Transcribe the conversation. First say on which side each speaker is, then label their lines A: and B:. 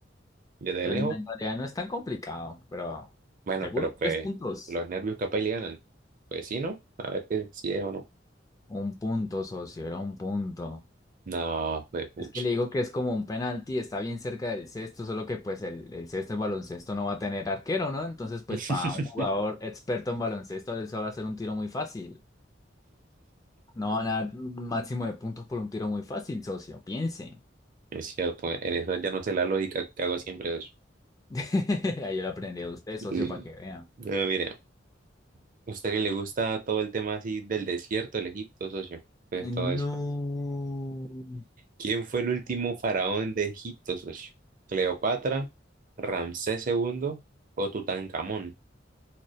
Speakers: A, on the right (about 45°); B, on the left (about 20°).
A: desde
B: Pero
A: lejos.
B: en en realidad no es tan complicado, pero
A: Bueno,
B: seguro
A: pero pues
B: tres puntos.
A: los nervios capaz y le ganan. Pues sí, ¿no? A ver que, si es o no.
B: Un punto, socio, era un punto.
A: No, pues pucha.
B: Es que le digo que es como un penalti, está bien cerca del cesto, solo que pues el, el cesto en baloncesto no va a tener arquero, ¿no? Entonces pues
A: <laughs>
B: para un jugador experto en baloncesto eso va a ser un tiro muy fácil. No van a dar un máximo de puntos por un tiro muy fácil, socio, piense.
A: Es cierto, en eso ya no sé la lógica que hago siempre.
B: <laughs> Ahí yo lo aprendí a usted,
A: Mm.
B: socio, para que vean.
A: Bueno, mire, a usted que le gusta todo el tema así del desierto, del Egipto, socio, pues
B: No.
A: todo eso. ¿Quién fue el último faraón de Egipto, socio? ¿Cleopatra, Ramsés segundo o Tutankamón?